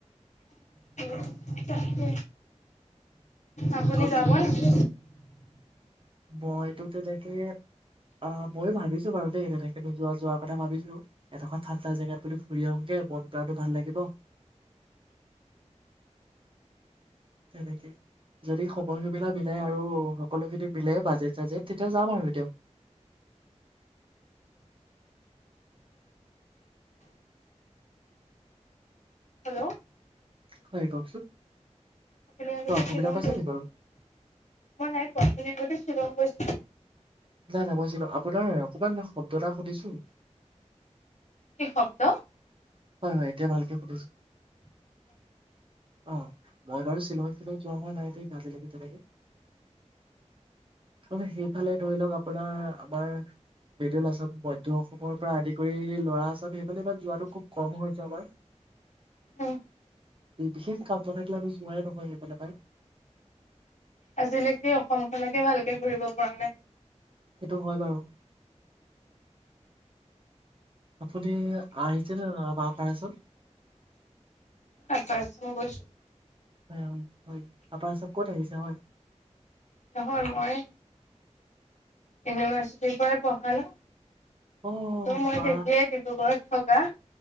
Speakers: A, on the left; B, on the right.
A: ওম তাকে। আপুনি
B: আৰু কওকচোন
A: যাব নেকি।
B: মইতো তেনেকে আহ ময়ো ভাবিছোঁ বাৰু দেই <unintelligible> যোৱা যোৱা কথা ভাবিছোঁ। একেনুৱা ঠাণ্ডা জেগাত বুলি ঘুৰি আহোগে মন প্ৰাণো ভাল লাগিব। তেনেকে, যদি সময় সেইবিলা মিলাই আৰু সকলোখিনি মিলে বাজেট চাজেট তেতিয়া যাম আৰু দিয়ক।
A: হেল্ল'।
B: হয় কওকচোন।
A: আপুনি আগতে
B: কিবা অসুবিধা
A: শ্বিলং
B: পাইছে
A: গৈছে?
B: নি বাৰু
A: মই নাই পোৱা, আপুনি আগতে শ্বিলং গৈছে
B: নাই নাই মই শ্বিল আপোনাৰ অকমান শব্দ এটা শুনিছোঁ।
A: কি শব্দ।
B: হয় হয়। এতিয়া ভালকে শুনিছোঁ। অ, মই বাৰু শ্বিলং চিল যোৱা হোৱা নাই দেই আজিলৈকে তেনেকে। মানে সেইফালে ধৰি লওক আপোনাৰ আমাৰ মিডেল অসাম মধ্য অসমৰ পৰা আদি কৰি লোৱাৰ আসাম সেইফালে ইমান যোৱাটো খুব কম হৈছে আমাৰ
A: অ'
B: বিশেষ কাম নাথাকিলে আমি জোৱাই নহয় সেইফালে পাই
A: আজিলৈকে অসমখনকে ভালকে ঘুৰিব পৰা নাই
B: সেইটো হয় বাৰু আপুনি আ <unintelligible> পা পায়চম
A: ম আপৰচ ম গৈছো
B: হয় হয় হয় আপাৰ চব ক'ত আহিছে হয়
A: নহয় মই ইউনিভাৰ্চিটি পাই পঢ়া ন
B: অ
A: ত মই
B: বা
A: তেতিয়া ডিব্ৰুগড়ত থকা